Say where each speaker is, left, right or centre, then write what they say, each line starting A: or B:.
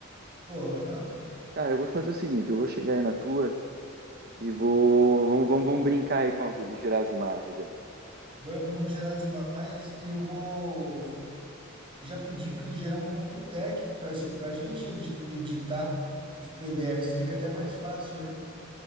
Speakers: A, on the right; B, on the right.
A: Tô, aham.
B: Cara, eu vou fazer o seguinte, eu vou chegar aí na tua e vou... Vamos, vamos, vamos brincar aí com, a- de gerar as imagens aí.
A: Vamos, vamos gerar as imagens e eu vou já pedir para ele gerar um ponto tech para para gente edi- editar os PDFs. Fica até mais fácil, né?